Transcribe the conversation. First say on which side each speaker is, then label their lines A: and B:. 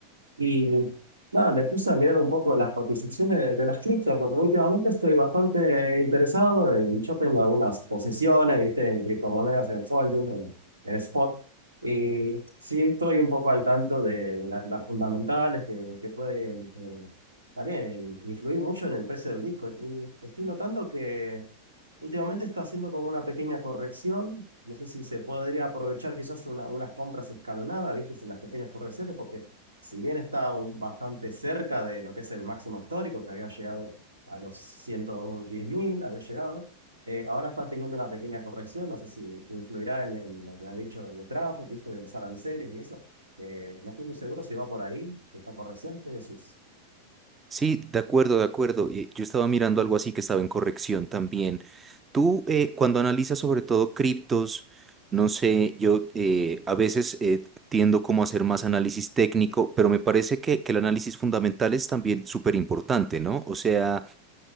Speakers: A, on the right; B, on the right.
A: y nada, me puse a mirar un poco las cotizaciones de, de las criptos porque últimamente estoy bastante interesado y yo tengo algunas posiciones, viste, en criptomonedas, en Folding, en, en Spot y sí estoy un poco al tanto de la- las fundamentales que, que pueden eh, también influir mucho en el precio del Bitcoin y estoy notando que... Últimamente está haciendo como una pequeña corrección. No sé si se podría aprovechar quizás una- unas compras escalonadas, ¿viste? En las pequeñas correcciones, porque si bien está un- bastante cerca de lo que es el máximo histórico, que había llegado a los 110 mil, había llegado, eh, ahora está teniendo una pequeña corrección. No sé si influirá en, en lo que ha dicho de Trump, ¿viste? De los aranceles y eso. Eh, no estoy muy seguro si va por ahí esta corrección. ¿Qué decís?
B: Sí, de acuerdo, de acuerdo. Y Yo estaba mirando algo así que estaba en corrección también. Tú, eh, cuando analizas sobre todo criptos, no sé, yo eh, a veces eh, tiendo como a hacer más análisis técnico, pero me parece que, que el análisis fundamental es también súper importante, ¿no? O sea,